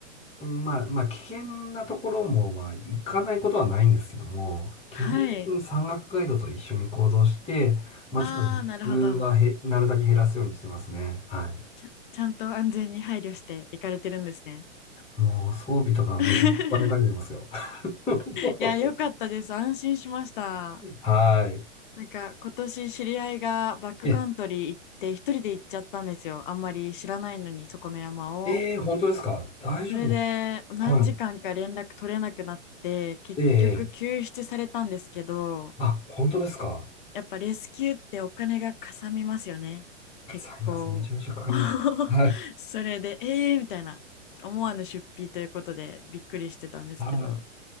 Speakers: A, on the left; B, on the left.
A: まあ、まあ、危険なところも、まあ、行かないことはないんですけども、基本的に山岳ガイドと一緒に行動して、
B: はい。
A: まあ、
B: ああ、
A: ちょっとリスクはへ、
B: なるほど。
A: なるだけ減らすようにしてますね。は
B: ちゃ、ちゃんと安全に配慮して行かれてるんですね。
A: い。もう、装備とかめっちゃお金かけてますよ。
B: <laughs>
A: <laughs>
B: いや、よかったです。安心しました。
A: はい。
B: なんか、今年知り合いがバックカントリー行って、
A: え、
B: 一人で行っちゃったんですよ。あんまり知らないのに、そこの山を。
A: えー、本当ですか大丈夫
B: それで、何時間か連絡取れなくなって、
A: はい。
B: 結局救出されたんですけど、
A: ええあ、本当ですか
B: やっぱレスキューってお金がかさみますよね。
A: かかります。
B: 結構。
A: めちゃめちゃかかります。
B: <laughs>
A: はい。
B: それで、えーみたいな、思わぬ出費ということでびっくりしてたんですけど。
A: あー、